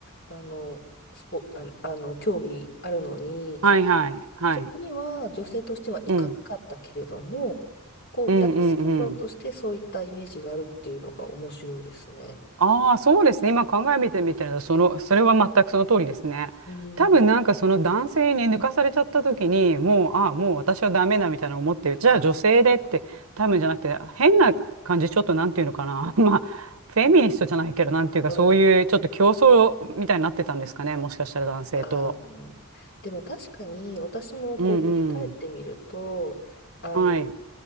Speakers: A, on the left (about 55°); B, on the right (about 65°).
A: あの、スポ、あの、あの競技あるのに、
B: はいはい。はい。
A: そこには女性としては行かなかったけれども、
B: うん。
A: こう、
B: うんうんうん。
A: 男性像としてそういったイメージがあるっていうのが面白いですね。
B: ああ、そうですね。今考えてみたら、その、それは全くその通りですね。
A: うん。
B: 多分なんかその男性に抜かされちゃった時に、
A: うん。
B: もう、ああ、もう私はダメだみたいな思ってじゃあ女性でって、
A: あ、
B: 多分じゃなくて、変な感じ、ちょっとなんていうのかな。<laughs> まあ、フェミニストじゃないけど、なんていうか、
A: うん。
B: そういうちょっと競争みたいになってたんですかね。もしかしたら男性と。
A: あーでも確かに私もこう振り返ってみるとあの
B: うんうん。はい。